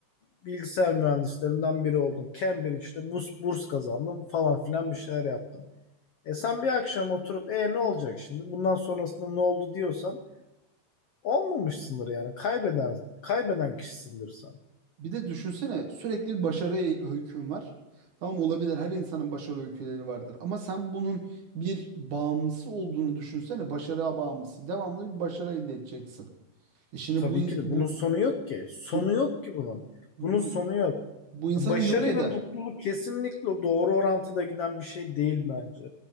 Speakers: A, on the left; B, on the right.
A: bilgisayar mühendislerinden biri oldun. Cambridge'de burs, burs kazandın falan filan bir şeyler yaptın. E sen bir akşam oturup e ne olacak şimdi bundan sonrasında ne oldu diyorsan olmamışsındır yani kaybeder, kaybeden kişisindir sen.
B: bir de düşünsene sürekli bir başarı öyküm var. Tamam olabilir. Her insanın başarı öyküleri vardır. Ama sen bunun bir bağımlısı olduğunu düşünsene. Başarıya bağımlısı. Devamlı bir başarı elde edeceksin. E şimdi
A: Tabii
B: bu,
A: ki de
B: bu
A: bunun sonu yok ki. Sonu
B: bu
A: yok ki bunun.
B: Bu
A: Bunun sonu yok.
B: bu insanı
A: Başarıyla
B: yok eder.
A: mutluluk kesinlikle doğru orantıda giden bir şey değil bence.